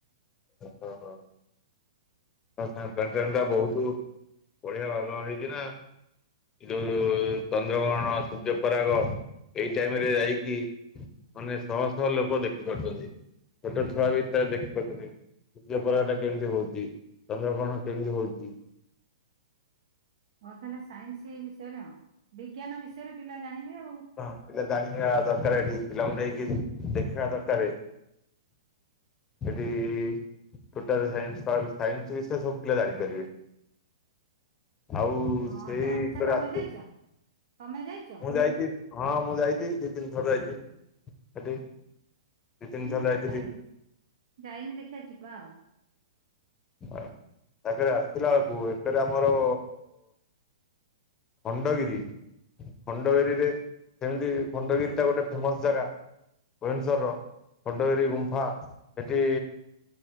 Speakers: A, on the left (about 20°); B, on the right (about 60°).
A: ଓହୋ ହଁ। ପ୍ଲାଣ୍ଟେନ୍ ଟା ବୋହୁତ ବଢିଆ ବାଗ ହେଇଛି ନା। ଯୋଉ ଚନ୍ଦ୍ରଗ୍ରହଣ ସୂର୍ଯ୍ୟପରାଗ ଏଇ ଟାଇମ୍ ରେ ଯାଇକି ମାନେ ଶହ ଶହ ଲୋକ ଦେଖିପାରୁଛନ୍ତି। ଛୋଟ ଛୁଆ ବି ତ ଦେଖିପାରୁଛନ୍ତି। ସୂର୍ଯ୍ୟପରାଗଟା କେମିତି ହଉଚି ଚନ୍ଦ୍ରଗ୍ରହଣ କେମିତି ହଉଚି।
B: ହଉ ତାଲେ ସାଇନ୍ସ ବିଷୟରେ ହଁ ବିଜ୍ଞାନ ବିଷୟରେ ପିଲା ଜାଣିବେ ଆଉ।
A: ହଁ ପିଲା ଜାଣିବା ଦରକାର ଏଠି ପିଲାଙ୍କୁ ନେଇକି ଦେଖିବା ଦରକାରେ। ସେଠି ଟୋଟାଲ ସାଇନ୍ସ ପାର୍କ ସାଇନ୍ସ ବିଷୟରେ ସବୁ ପିଲା ଜାଣିପାରିବେ। ଆଉ
B: ହଁ
A: ସେଇ
B: ତ ଆଚ୍ଛା
A: <unintelligible>
B: ତମେ
A: ଆସେ
B: ଯାଇଛ ତମେ ଯାଇଛ
A: ମୁଁ ଯାଇଚି। ହଁ ମୁଁ ଯାଇଚି ଦୁଇ ତିନି ଥର ଯାଇଚି ସେଠି। ଦି ତିନିଥର
B: ମୁଁ ବା
A: ଯାଇଥିଲି
B: ଯାଇନି, ଯାଇନି ଦେଖିଆ ଯିବା ଆଉ।
A: ହଁ ତାକରେ ଆସିଲା ବେଳକୁ ଏଥିରେ ଆମର ଖଣ୍ଡଗିରି। ଖଣ୍ଡଗିରିରେ କେମିତି ଖଣ୍ଡଗିରିଟା ଗୋଟେ ଫେମସ୍ ଜାଗା ଭୁବନେଶ୍ୱରର। ଖଣ୍ଡଗିରି ଗୁମ୍ଫା ସେଠି